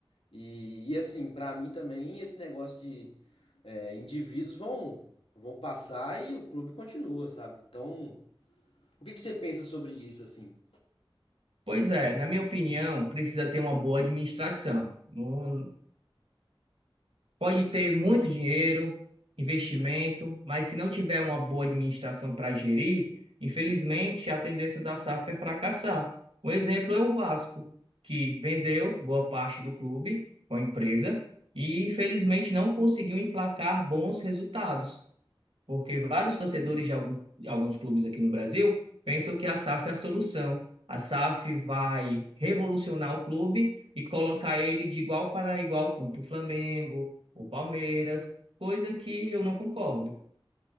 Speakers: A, on the left; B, on the right.
A: E, e assim, pra mim também esse negócio de é, indivíduos vão, vão passar e o clube continua, sabe? Então, o que que você pensa sobre isso, assim?
B: Pois é, na minha opinião, precisa ter uma boa administração. Não- Pode ter muito dinheiro, investimento, mas se não tiver uma boa administração para gerir, infelizmente a tendência da SAF é fracassar. Um exemplo é o Vasco, que vendeu boa parte do clube com a empresa e infelizmente não conseguiu emplacar bons resultados porque vários torcedores de algum- alguns clubes aqui no Brasil pensam que a SAF é a solução. A SAF vai revolucionar o clube e colocar ele de igual para igual contra o Flamengo, o Palmeiras, coisa que eu não concordo.